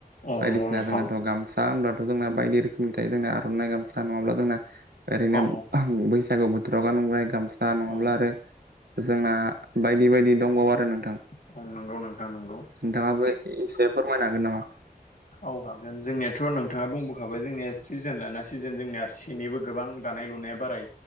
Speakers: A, on the left; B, on the right.
A: औ
B: बायदिसिना
A: नोंथां
B: जोंनाथ' गामसा होनब्लाथ' जोंना बायदि रोखोमनि थायो जोंना आर'नाइ गाम <unintelligible> नङाब्ला जोंना ओरैनो
A: औ
B: बैसागु बोथोराव गानबाय गामसा नङाब्ला
A: औ
B: आरो जोंना बायदि-बायदि दंबावो आरो नोंथां।
A: औ नोंगौ नोंथां। नंगौ
B: नोंथाङाबो एसे फोरमायनो हागोन नामा?
A: औ हाबगोन जोंनियाथ' नोंथाङा बुंबोखाबाय जोंनिया सिजोन लाना सिजोन जोंनिया सिनिबो गोबां। दानाय लुनाया बाराय